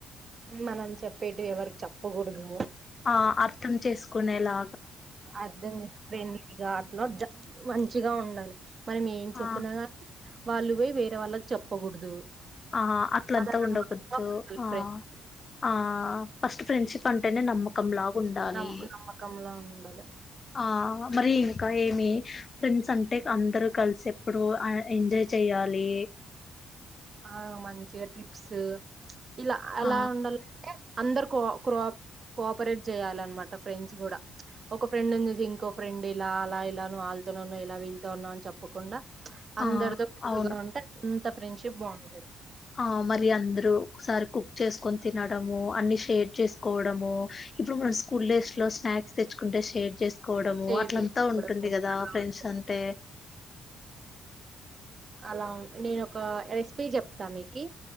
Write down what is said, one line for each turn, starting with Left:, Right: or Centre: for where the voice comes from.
Right: మనం చెప్పేటివి ఎవరికి చెప్పకూడదు
Left: ఆ అర్థం చేసుకునేలా
Right: అర్థం చే <unintelligible> చిగా ఉండాలి మరి మేం చెప్పినా
Left: ఆ
Right: వాళ్ళువోయి వేరే వాళ్ళక్ చెప్పకూడదు
Left: ఆ అట్లాలంత
Right: అలా
Left: ఉండగుద్తు
Right: నమ్మకంగా ఉండాలి
Left: ఆ
Right: ఫ్రెండ్స్
Left: ఆ ఫస్ట్ ఫ్రెడ్షిప్ అంటేనే నమ్మకం లా ఉండాలి
Right: నమ్ నమ్మకంలా ఉండాలి
Left: ఆ మరి ఇంకా ఏమి ఫ్రెండ్స్ అంటే అందరూ కలిసి ఎప్పుడు అ ఎంజాయ్ చెయాలి
Right: ఆ మంచిగా ట్రిప్స్ ఇల ఆలా
Left: ఆ
Right: ఉండాల్ అంటే అందరు కో క్రోప్ కోపరేట్ చెయాలన్మాటా మాట ఫ్రెండ్స్ కూడా ఒక ఫ్రెండ్ చూసి ఇంకో ఫ్రెండ్ ఇలా అలా ఎలా నువ వాళ్ళతో ఇలా వీళతోన్నా అని చెప్పకుండా అందరితో
Left: ఆ
Right: <unintelligible>
Left: అవును
Right: ఎంత ఫ్రెండ్షిప్ బాగుంటది
Left: ఆ మరి అందరు ఒకసారి కుక్ చేసుకొని తినడము అన్ని షేర్ చేసుకోవడము ఇప్పుడు మనం స్కూల్ డేస్ లో స్నాక్స్ తెచ్చుకుంటే షేర్ చేస్ కోడము
Right: షేర్
Left: అట్లంతా
Right: చేసుకోవడం
Left: ఉంటుంది కదా
Right: అలా
Left: ఫ్రెండ్స్
Right: ఉంటది
Left: అంటే
Right: అలా నేను ఒక రెసిపీ చెప్తా మీకి